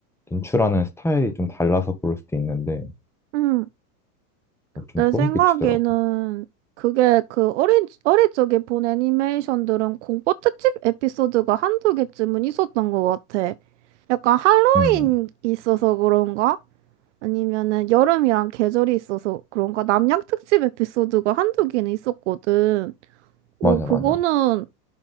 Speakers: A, in the centre; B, on the right.
A: 연출하는 스타일이 좀 달라서 그럴 수도 있는데
B: 응.
A: 좀
B: 내
A: 소름
B: 생각에는
A: 끼치더라고.
B: 그게 그 어린, 어릴 적에 본 애니메이션들은 공포 특집 에피소드가 한두 개쯤은 있었던 것 같아. 약간 할로윈
A: 음,
B: 있어서 그런가? 아니면은 여름이랑 계절이 있어서 그런가? 남양 특집 에피소드가 한두 개는 있었거든. 오,
A: 맞아,
B: 그거는
A: 맞아.